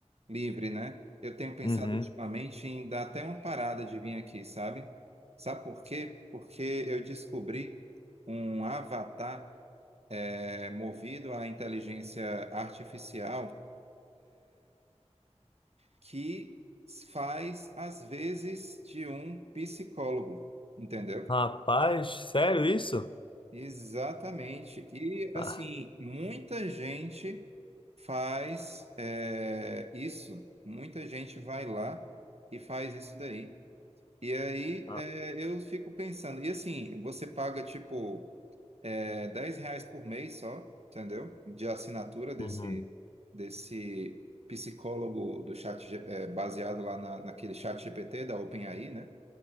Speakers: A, on the right; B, on the left.
A: Livre, né? Eu tenho pensado
B: Uhum,
A: ultimamente em dar até uma parada de vir aqui, sabe? Sabe por quê? Porque eu descobri um avatar é, movido à inteligência artificial que faz, às vezes, de um psicólogo, entendeu?
B: Rapaz, sério isso?
A: Exatamente. E, assim,
B: Ah,
A: muita gente faz é, isso. Muita gente vai lá e faz isso daí. E aí
B: ah,
A: é, eu fico pensando, e assim, você paga tipo é, 10 reais por mês só, entendeu? De assinatura desse,
B: uhum,
A: desse psicólogo do chat, G- é, baseado lá na, naquele chat GPT da OpenAI, né?